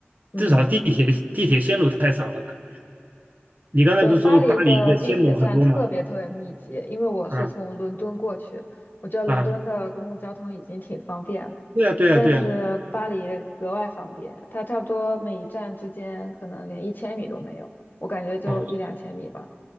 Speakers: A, on the left (about 45°); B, on the right (about 40°).
A: 嗯。
B: 至少地铁地铁线路太少了吧。你刚才不是说巴黎的线路很多吗？
A: 伦巴黎的地铁站特别特别密集，因为我是从伦敦过去，
B: 啊
A: 我觉得伦敦的公共交通已经挺方便了，
B: 啊，对啊对啊对啊，
A: 但是巴黎格外方便，它差不多每一站之间可能连一千米都没有，我感觉就一两千米吧，
B: 哦